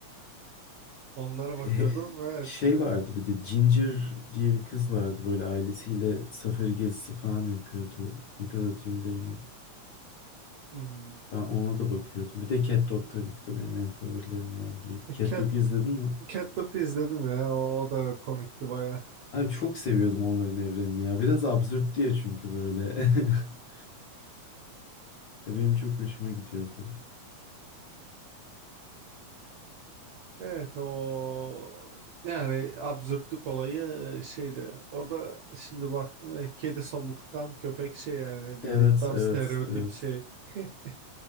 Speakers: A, on the right; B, on the left.
A: onlara bakıyordum.
B: E,
A: Evet.
B: şey
A: e,
B: vardı bir de Ginger diye bir kız vardı. Böyle ailesiyle safari gezisi falan yapıyordu. Nickelodeon'da yine.
A: hmm.
B: Ben ona da bakıyordum. Bir de Cat Dog tabii ki de benim en favorilerimden biriydi.
A: E,
B: Cat
A: Cat,
B: Dog'u izledin mi?
A: Cat Dog'u izledim ya. O, o da komikti baya.
B: Abi çok seviyordum onların evrenini ya. Biraz absürt diye çünkü böyle. <laughs> Ya Benim çok hoşuma gidiyordu.
A: Evet o yani absürtlük olayı e, şeydi. Orada şimdi baktım e, kedi somurtkan köpek şey yani
B: Evet,
A: bildiğin tam
B: evet,
A: stereotip
B: evet.
A: şey. <laughs>